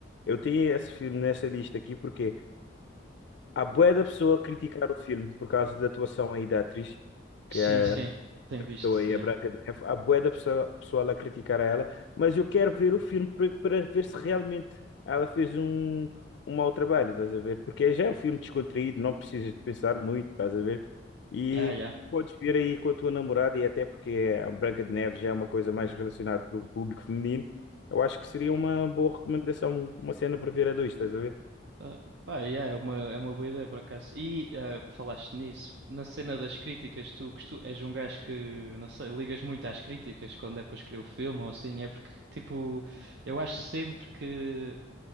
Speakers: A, on the left; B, on the right.
A: Eu tenho esse filme nessa lista aqui porque há bué da pessoa a criticar o filme por causa da atuação aí da atriz, que
B: Sim,
A: é
B: sim. Tem
A: interpretou
B: visto,
A: aí
B: yeah.
A: a Branca de Neve. Há bué da pessoa, pessoal a criticar a ela, mas eu quero ver o filme para, para ver se realmente ela fez um, um mau trabalho, estás a ver? Porque já é um filme descontraído, não precisas de pensar muito, estás a ver? E
B: Yeah, yeah.
A: podes ver aí com a tua namorada, e até porque a Branca de Neve já é uma coisa mais relacionada para o público feminino, eu acho que seria uma boa recomendação, uma cena para ver a dois, estás a ver?
B: Ah, pá, yeah, é uma, é uma boa ideia por acaso. E ah, falaste nisso, na cena das críticas, tu, costu- és um gajo que, não sei, ligas muito às críticas quando é para escolher o filme ou assim, é porque, tipo, eu acho sempre que